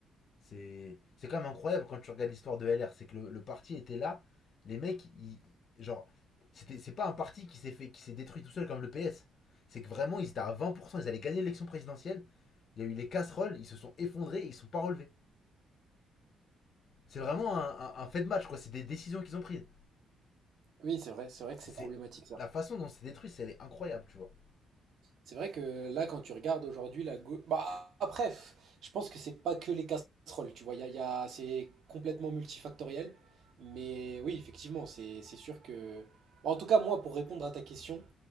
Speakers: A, on the left (about 55°); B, on the right (about 70°).
A: C'est c'est quand même incroyable quand tu regardes l'histoire de LR, c'est que le, le parti était là, les mecs ils genre c'était c'est pas un parti qui s'est fait qui s'est détruit tout seul comme le PS. C'est que vraiment ils étaient à vingt pour cent ils allaient gagner l'élection présidentielle, il y a eu les casseroles, ils se sont effondrés, et ils sont pas relevés. C'est vraiment un, un- un fait de match quoi, c'est des décisions qu'ils ont prises.
B: Oui, c'est vrai, c'est vrai
A: C'est
B: que c'est problématique ça.
A: la façon dont c'est détruit, c'est elle est incroyable, tu vois.
B: C'est vrai que là, quand tu regardes aujourd'hui la gau- Bah, après, pff, je pense que c'est pas que les casseroles, tu vois. Y a, y a- C'est complètement multifactoriel. Mais oui, effectivement, c'est c'est sûr que. En tout cas, moi, pour répondre à ta question,